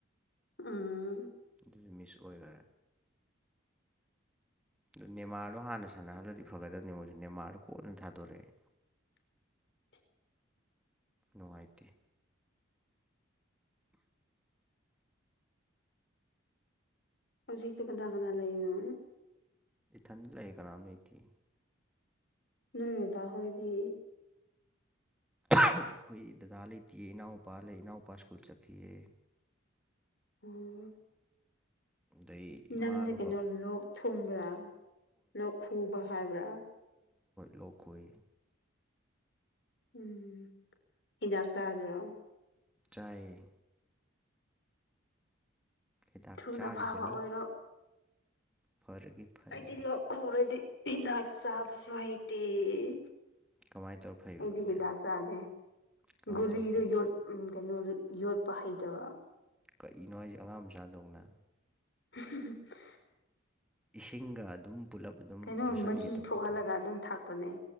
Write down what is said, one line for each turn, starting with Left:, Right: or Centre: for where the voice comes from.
Left: ꯎꯝ
Centre: ꯑꯗꯨꯁꯨ ꯃꯤꯁ ꯑꯣꯏꯈꯔꯦ ꯑꯗꯨ ꯅꯦꯃꯥꯔꯗꯣ ꯍꯥꯟꯅ ꯁꯥꯟꯅꯍꯜꯂꯗꯤ ꯐꯒꯗꯕꯅꯤ ꯃꯣꯏꯁꯨ ꯅꯦꯃꯥꯔꯗ ꯀꯣꯟꯠꯅ ꯊꯥꯗꯣꯔꯛꯑꯦ
Left: <unintelligible>
Centre: ꯅꯨꯡꯉꯥꯏꯇꯦ
Left: ꯍꯧꯖꯤꯛꯇ ꯀꯅꯥ ꯀꯅꯥ ꯂꯩꯅꯣ
Centre: ꯏꯊꯟ ꯂꯩꯦ ꯀꯅꯥꯝ ꯂꯩꯇꯦ
Left: ꯅꯪꯃꯤꯗꯥ ꯍꯣꯏꯗꯤ
Centre: ꯑꯩꯈꯣꯏ ꯗꯗꯥ ꯂꯩꯇꯦꯑ ꯏꯅꯥꯎꯅꯨꯄꯥ ꯂꯩ ꯏꯅꯥꯎꯄꯥ ꯁ꯭ꯀꯨꯜ ꯆꯠꯈꯤꯑ
Left: ꯑꯣ
Centre: ꯑꯗꯩ ꯏꯃꯥꯒꯕ
Left: ꯅꯪꯁꯦ ꯀꯩꯅꯣ ꯂꯣꯛ ꯊꯨꯡꯕ꯭ꯔꯥ ꯂꯣꯛ ꯈꯨꯕ ꯍꯥꯏꯕ꯭ꯔꯥ
Centre: ꯂꯣꯛꯈꯣꯏ
Left: ꯎꯝ ꯍꯤꯗꯥꯛ ꯆꯥꯗ꯭ꯔꯣ
Centre: ꯆꯥꯏ ꯍꯤꯗꯥꯛ
Left: ꯊꯨꯅ
Centre: ꯆꯥꯔꯤꯕꯅꯤ
Left: ꯐꯥꯕ ꯑꯣꯏꯔꯣ
Centre: ꯐꯔꯒꯦ ꯐꯔꯒꯦ
Left: ꯑꯩꯗꯤ ꯂꯣꯛꯈꯔꯗꯤ ꯍꯤꯗꯥꯛꯁꯨ ꯆꯥꯕꯁꯨ ꯍꯩꯇꯦ ꯑꯩꯗꯤ
Centre: ꯀꯃꯥꯏꯅ ꯇꯧꯔ ꯐꯩꯕ ꯑꯗꯨꯗꯤ
Left: ꯍ ꯗꯒ ꯆꯗꯦ
Centre: ꯀꯃꯥꯏꯅ
Left: ꯨꯂꯤꯗ
Centre: ꯇꯧꯔ ꯐꯩ
Left: ꯌ ꯀꯩꯅꯣ ꯌꯣꯠꯄ ꯍꯩꯇꯕ
Centre: ꯀꯔꯤꯅꯣ ꯍꯥꯏꯁꯦ ꯑꯉꯥꯡ ꯃꯆꯥꯗꯧꯅ
Left: <unintelligible>
Centre: ꯏꯁꯤꯡꯒ ꯑꯗꯨꯝ ꯄꯨꯂꯞ ꯑꯗꯨꯝ
Left: ꯀꯩꯅꯣ
Centre: ꯌꯣꯠꯁꯟꯒꯦ
Left: ꯃꯍꯤ
Centre: ꯇꯧꯕꯗꯨꯕꯨ
Left: ꯊꯣꯛꯍꯜꯂꯒ ꯑꯗꯨꯝ ꯊꯥꯛꯄꯅꯦ